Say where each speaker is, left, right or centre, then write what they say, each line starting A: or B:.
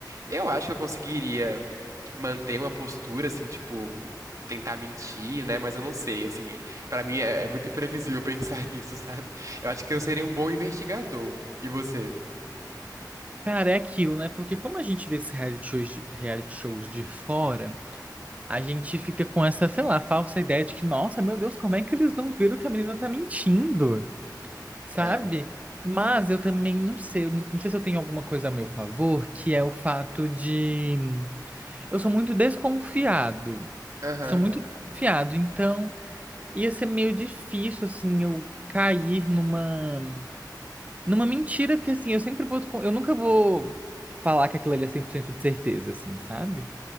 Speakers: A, on the right; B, on the right.
A: Eu acho que eu conseguiria manter uma postura, assim, tipo, tentar mentir, né? Mas eu não sei, assim, pra mim é, é muito imprevisível pensar <laughs> nisso, sabe? Eu acho que eu seria um bom investigador. E você?
B: Cara, é aquilo, né? Porque como a gente vê esses reality shows, de- reality shows de fora, a gente fica com essa, sei lá, falsa ideia de que, nossa, meu Deus, como é que eles não viram que a menina tá mentindo? sabe?
A: É.
B: Mas eu também não sei, eu não não sei se eu tenho alguma coisa a meu favor, que é o fato de eu sou muito desconfiado.
A: Aham,
B: Sou muito desconfiado, então ia ser meio difícil assim eu cair numa numa mentira, porque assim, eu sempre vou descon- eu nunca vou falar que aquilo ali é 100% de certeza assim, sabe?